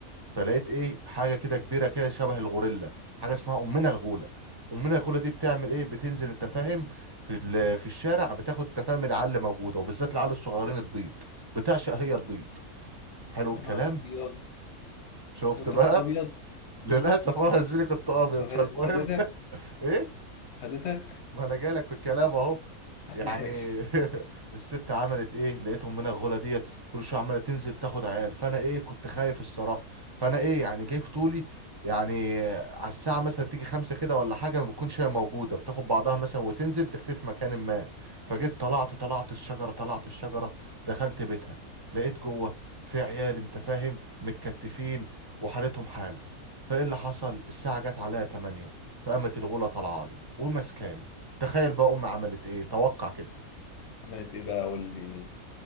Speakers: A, on the right (about 20°); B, on the left (about 55°).
A: فلقيت ايه حاجه كده كبيره كده شبه الغوريلا حاجه اسمها امنا الغوله امنا الغوله دي بتعمل ايه بتنزل انت فاهم في ال- في الشارع بتاخد انت فاهم العل موجوده وبالذات العل الصغيرين البيض بتعشق هي البيض حلو
B: يا
A: الكلام
B: نهار ابيض
A: شفت
B: وانت
A: بقى
B: كنت ابيض
A: للاسف اه يا زميلي كنت ابيض
B: وخد-
A: فالمهم
B: وخدتك
A: <laughs> ايه
B: خدتك
A: ما انا جايلك في الكلام اهو
B: <laughs>
A: يعني
B: ماشي
A: <laughs> الست عملت ايه لقيتهم من الغلا ديت كل شويه عماله تنزل تاخد عيال فانا ايه كنت خايف الصراحه فانا ايه يعني جاي في طولي يعني على الساعه مثلا تيجي خمسة كده ولا حاجه ما بتكونش هي موجوده بتاخد بعضها مثلا وتنزل تختفي في مكان ما فجيت طلعت طلعت الشجره طلعت الشجره دخلت بيتها لقيت جوه في عيال انت فاهم متكتفين وحالتهم حاله فايه اللي حصل الساعه جت عليا 8 فقامت الغوله طالعه لي ومسكاني تخيل بقى امي عملت ايه توقع كده
B: عملت ايه بقى قول لي